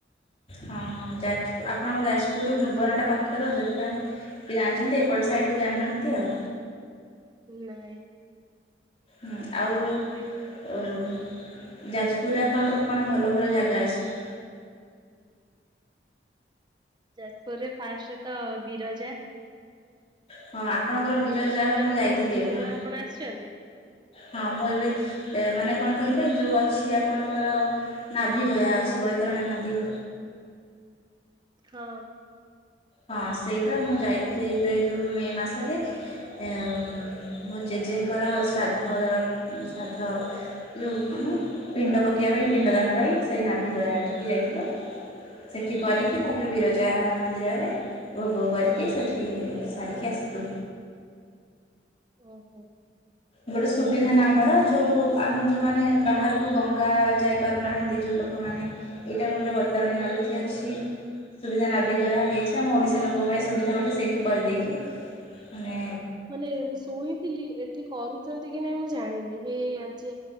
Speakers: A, on the left; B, on the right.
A: ହଁ ହଁ ଯାଜପୁର ଆପଣଙ୍କ ଯାଜପୁରରୁ ଭୁବନଟା ପାଖ ତ <unintelligible> କିଏ ଜାଣିଛନ୍ତି ଏପଟ ସାଇଡ଼୍ କୁ ଜାଣିନାହାନ୍ତି ଆଉ
B: ନାଇଁ।
A: ହ ଆଉ ଆଉ
B: ଆଜ୍ଞା
A: ଯାଜପୁରରେ ଆପଣଙ୍କର କଣ ଭଲ ଭଲ ଜାଗା ଅଛି?
B: ଯାଜପୁରରେ ଫାଷ୍ଟ ତ ବିରଜା।
A: ହଁ ଆପଣଙ୍କର ବିରଜା ମୁଁ
B: ପାଖରେ
A: ଯାଇଥିଲି
B: କୁସୁମା
A: ଏବେ।
B: ଆପଣ ଆସିଛନ୍ତି?
A: ହଁ ମୁଁ ଏବେ ମାନେ
B: ଓହୋ
A: କଣ କହିଲେ ଯୋଉ ଅଛି ଆପଣଙ୍କର ନାଭି ଗୟା ଅଛି ବୈତରଣୀ ନଦୀ
B: ହଁ।
A: ହଁ ସେଇଟା ମୁଁ ଯାଇଥିଲି ଏବେ ଯୋଉ ମେ ମାସରେ। ଅଁ ଜେଜେଙ୍କର ଶ୍ରାଦ୍ଧ ଦେବା ଶ୍ରାଦ୍ଧ ଯୋଉ କଣ ପିଣ୍ଡ ପକେଇବା ପାଇଁ ପିଣ୍ଡ ଦାନ ପାଇଁ। ସେଇ ନାଭିି ଗୟାଠିକି ଯାଇଥିଲୁ। ସେଠି କରି କି ତାପରେ
B: ହଁ
A: ବିରଜା ମନ୍ଦିରରେ ଭୋଗ କରିକି ସେଠି ସାରିକି ଆସିଲୁ।
B: ଓ ହୋ।
A: ଗୋଟେ ସୁବିଧା ନା ଆମର ଯୋଉ ଆମେ ଯୋଉମାନେ ବାହାରକୁ ଗଙ୍ଗା ଯାଇପାରୁନାହାଁନ୍ତି, ଯେଉଁ ଲୋକମାନେ ଏଇଟା ଗୋଟେ ବୈତରଣୀ
B: ହଉ
A: ନଦୀ ଏଠି ଅଛି। ସୁବିଧା ନାଭି ଗୟା ହେଇଛି। ଆମ ଓଡ଼ିଶା ଲୋକଙ୍କ ପାଇଁ ସୁବିଧା ଗୋଟେ ସେଇଠି କରିଦେଇଚି। ମାନେ
B: ମାନେ ମୁଁ ଶୁଣିଥିଲି ଏଠି କରୁଛନ୍ତି କି ନାଇଁ ମୁଁ ଜାଣିନି। ହେ ଆଜେ